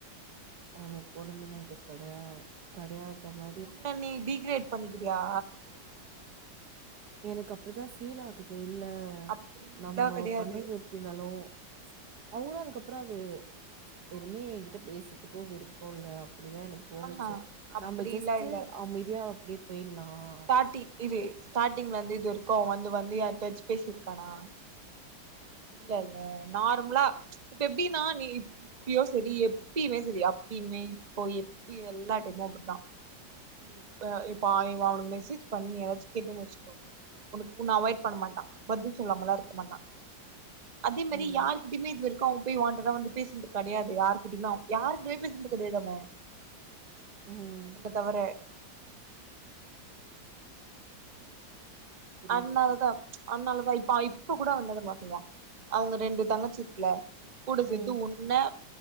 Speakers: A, on the right (about 60°); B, on the right (about 25°).
A: அவ்ளோ பொறந்துனா அது கெடயா கடயாதமா
B: உன்ன நீ டீகிரேட் பண்ணிக்கிறியா
A: எனக்கு அப்டி தா ஃபீல் ஆகுது இல்ல
B: அப்டிலா
A: நம்ப
B: கெடையாது
A: பண்ணது எப்டி இருந்தாலு அவுரு அதுக்கப்புறோ அது எதுமே என்கிட்ட பேசறதுக்கோ விருப்பம் இல்ல அப்டிதான் எனக் தோணுச்சு
B: ஆஹா அப்டிலா
A: நம்ம ஜஸ்ட்டு
B: இல்ல
A: அமைதியா அப்டியே பேயிலாம்
B: ஸ்டாட்டி இது ஸ்டார்டிங்ல இருந்து இது வருக்கும் வந்து வந்து யார்ட்டயாச்சும் பேசியிருக்கானா இல்ல இல்ல நார்மலா இப்ப எப்டின்னா நீ இப்பயும் செரி எப்பயுமே செரி அப்பயுமே இப்போ எப்பயு எல்லா டைமும் அப்டிதான் நீ அ இப்ப அவனுக்கு மெசேஜ் பண்ணி ஏதாச்சும் கேட்டேன்னு வச்சுக்கோ உனக் உன்ன அவாய்ட் பண்ண மாட்டான் பதில் சொல்லாம எல்லாம் இருக்க மாட்டான் அதே மாரி
A: ம்
B: யாருகிட்டயுமே இதுவரை அவன் போய் வாண்டெட்டா வந்து வான்டடா வந்து பேசுனது கிடையாது யாருகிட்டயுமே யாருகிட்டயுமே பேசுனது கிடையாது அவன்
A: ம்
B: தவறு
A: புரியுது
B: அன்னால தான் அன்னாலதான் இப்ப இப்போ கூட அவந்தா பாத்துப்பான் அவங்க ரெண்டு தங்கச்சி இருக்குல கூட சேத்து
A: ம்
B: உன்ன